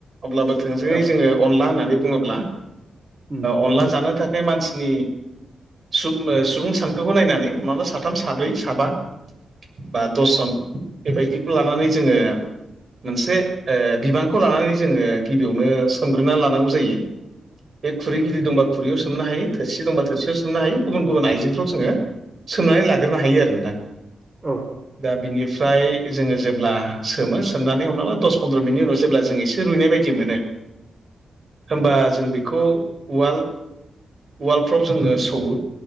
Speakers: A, on the right; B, on the right.
A: अब्लाबो थोंजोङै
B: औ
A: जोङो। अनला होननानै बुङोब्ला
B: उम
A: अनला जानो थाखाय मानसिनि। सुबुं सानखोखौ नायनानै मा साथाम साब्रै साबा। बा दसजन बेबायदिखौ लानानै जोङो। मोनसे बिबानखौ लानानै जोङो गिबियावनो सोमग्रोनानै लानांगौ जायो। बे खुरै गिद दंबा खुरैयाव सोमनो हायो थोरसि दंबा थोरसियाव सोमनो हायो गुबुन गुबुन आइजेंफ्राव जोङो। सोंनानै लाग्रोनो हायो आरो नोंथां।
B: औ।
A: दा बिनिफ्राय जोङो जेब्ला सोमो सोमनानै हमाबा दस फन्द्र' मिनिटनि उनाव जेब्ला जोङ एसे। एसे रुइनाय बायदि मोनो होनबा जों बेखौ उवाल। वालडफ्राव जोङो सौवो